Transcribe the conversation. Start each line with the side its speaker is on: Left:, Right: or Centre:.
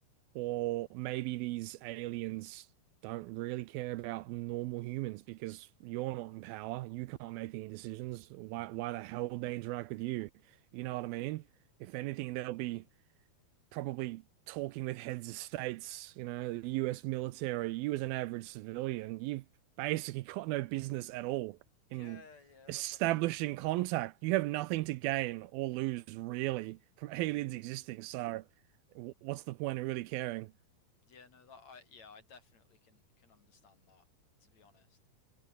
Right: Or maybe these aliens don't really care about normal humans because you're not in power. You can't make any decisions. Why, why the hell would they interact with you? You know what I mean? If anything, they'll be probably talking with heads of states, you know, the US military. You as an average civilian, you've basically <laughs> got no business at all in
Left: Yeah, yeah,
Right: establishing
Left: that's like,
Right: contact. You have nothing to gain or lose really from <laughs> aliens existing. So, w- what's the point of really caring?
Left: Yeah, no, that I yeah, I definitely can can understand that to be honest.